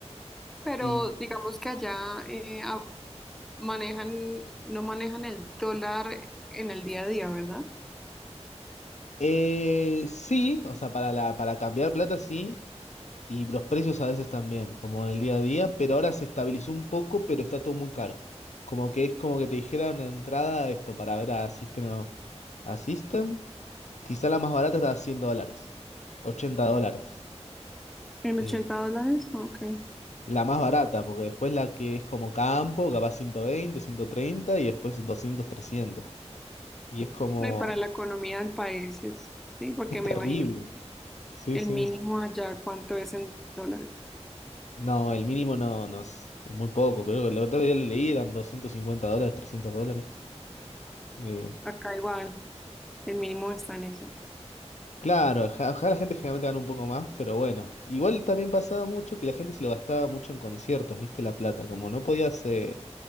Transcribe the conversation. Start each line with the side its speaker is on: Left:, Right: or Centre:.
Centre: Pero
Left: Y
Centre: digamos que allá eh, a- manejan, no manejan el dólar en el día a día, ¿verdad?
Left: eh, sí, o sea, para la, para cambiar plata sí, y los precios a veces también, como el día a día, pero ahora se estabilizó un poco, pero está todo muy caro. Como que es como que te dijera una entrada esto para ver a System, o- a System. Quizá la más barata está a 100 dólares, 80 dólares.
Centre: ¿En
Left: Eh,
Centre: 80 dólares? Ok.
Left: la más barata, porque después la que es como campo, capaz 120, 130 y después 200, 300. Y es como
Centre: No, y para la economía del país es, sí, porque
Left: es terrible.
Centre: me imagino que
Left: Sí,
Centre: el
Left: sí.
Centre: mínimo allá, ¿cuánto es en dólares?
Left: No, el mínimo no, no es es muy poco. Creo que el otro día lo leí, eran 250 dólares, 300 dólares. Eh,
Centre: Acá igual, el mínimo está en eso.
Left: claro, ja- acá la gente generalmente gana un poco más, pero bueno. Igual también pasaba mucho que la gente se lo gastaba mucho en conciertos, ¿viste? La plata. Como no podías... eh,